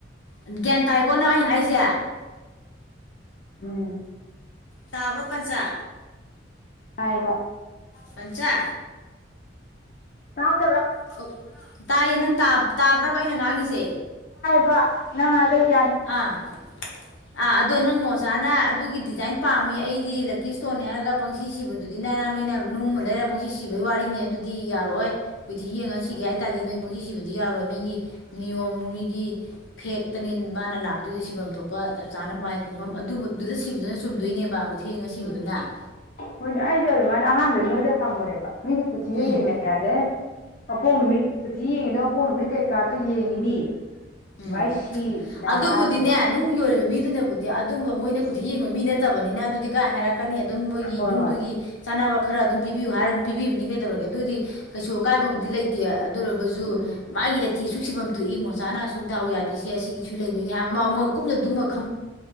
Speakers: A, on the left; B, on the left.
A: ꯒ꯭ꯌꯥꯟ ꯇꯥꯏꯀꯣꯅ ꯑꯩ ꯍꯥꯏꯖꯦ
B: ꯎꯝ
A: ꯇꯥꯕ꯭ꯔꯣ ꯄꯟꯆꯥ
B: ꯑꯥꯏꯕ
A: ꯄꯟꯆꯥ
B: ꯇꯥꯠ
A: ꯐ ꯇꯥꯏꯌꯦ ꯅꯪ ꯇꯥ ꯇꯥꯕ꯭ꯔꯕ ꯑꯩꯅ ꯉꯥꯡꯉꯤꯖꯦ
B: ꯄ ꯅꯪ ꯑꯗꯩꯩ
A: ꯑ ꯑ ꯑꯗꯣꯅ ꯃꯣꯁ ꯖꯥꯅ ꯑꯗꯨꯒꯤ ꯗꯤꯖꯥꯏꯟ ꯄꯥꯝꯃꯤ ꯑꯩꯗꯤ ꯂꯛꯀꯤ ꯏꯁꯇꯣꯟꯅꯤ ꯍꯥꯏꯔꯒ ꯄꯪꯁꯤ ꯁꯤꯕꯗꯨꯗꯤ ꯅꯔ ꯅꯣꯏꯅ ꯅꯨꯃ ꯂꯩꯔ ꯄꯪꯁꯤ ꯁꯤꯕꯩ ꯋꯥꯔꯤꯅꯤ ꯑꯗꯨꯗꯤ ꯌꯥꯔꯛꯑꯣꯏ ꯀꯨꯊꯤ ꯌꯦꯡꯉ ꯁꯤꯒꯦ
B: ꯎꯝ
A: ꯍꯥꯏ ꯇꯥꯗꯤ ꯅꯣꯏ ꯄꯨꯁꯤ ꯁꯤꯕꯗꯤ ꯌꯥꯔꯣꯏ ꯃꯤꯒꯤ ꯅꯤꯌꯣꯝ ꯃꯤꯒꯤ ꯐꯦꯛꯇꯅꯤ ꯃꯥꯅ ꯂꯥꯛꯇꯣꯏꯗꯨ ꯁꯤꯕꯝ ꯊꯣꯛꯄ ꯆꯞ ꯆꯥꯅ ꯃꯥꯏ ꯄꯨꯡꯐꯝ ꯑꯗꯨ ꯗꯨꯗ ꯁꯤꯕꯗꯨꯅ ꯆꯨꯝꯗꯣꯏꯅꯦꯕ ꯎꯊ ꯌꯦꯡ ꯑꯁꯤꯕꯗꯨꯅ
B: ꯎꯝ ꯍꯣꯏꯅꯦ ꯑꯩꯖꯨ ꯑꯗꯨ ꯃꯥꯏꯅ ꯑꯍꯥꯟꯗꯤ ꯃꯣꯏꯗ ꯍꯪꯕꯅꯦꯕ ꯃꯤꯗꯤ ꯀꯨꯊꯤꯒ
A: ꯎꯝ
B: ꯌꯦꯡꯅ ꯌꯥꯗꯦ ꯃꯄꯣꯛ ꯅꯨꯃꯤꯠ ꯀꯨꯊꯤ ꯌꯦꯡꯉꯤꯗꯥ ꯃꯄꯣꯛ ꯅꯨꯃꯤꯠ ꯀꯩꯀꯥꯗꯣ ꯌꯦꯡꯉꯤꯅꯤ
A: ꯎꯝ
B: ꯑꯗꯨꯃꯥꯏ ꯁꯤꯅ
A: ꯑꯗꯨꯕꯨꯗꯤꯅꯦ
B: ꯍꯥꯏꯕꯗ
A: ꯅꯨꯡ ꯌꯣꯜꯂꯤꯕ ꯃꯤꯗꯨꯅꯕꯨꯗꯤ ꯑꯗꯨꯝꯕ ꯃꯣꯏꯅ ꯀꯨꯊꯤ ꯌꯦꯡꯕ ꯃꯤ ꯅꯠꯇꯕꯅꯤꯅ ꯑꯗꯨꯗꯤ ꯀꯥꯏ ꯍꯥꯏꯔ ꯀꯅꯤ ꯑꯗꯨꯝ ꯃꯣꯏꯒꯤ
B: ꯍꯣꯏ
A: ꯅꯨꯡꯗꯨꯒꯤ
B: ꯍꯣꯏ
A: ꯆꯥꯅꯕ ꯈꯔ ꯑꯗꯨꯝ ꯄꯤꯕꯤꯌꯨ ꯍꯥꯏꯔꯒ ꯑꯗꯨꯝ ꯄꯤꯕꯤꯕꯅꯤ ꯀꯩꯗꯧꯔꯒꯦ ꯑꯗꯨꯏꯗꯤ ꯀꯩꯁꯨ ꯑꯀꯥꯏꯕꯕꯨꯗꯤ
B: ꯎꯝ
A: ꯂꯩꯇꯦ ꯑꯗꯨ ꯑꯣꯏꯔꯒꯁꯨ
B: ꯎꯝ
A: ꯃꯥꯒꯤꯗ ꯇꯤ ꯑꯁꯨꯛ ꯁꯤꯐꯝ ꯊꯣꯛꯏ ꯃꯣꯆꯥꯅ ꯁꯨꯛ ꯗꯥꯎ ꯌꯥꯗ꯭ꯔꯤꯁꯦ ꯑꯁꯤꯒꯤꯁꯨ ꯂꯩꯕꯅꯤ ꯍꯥꯏꯕꯃ ꯃꯣꯏ ꯀꯨꯞꯅ ꯑꯗꯨꯝꯃꯛ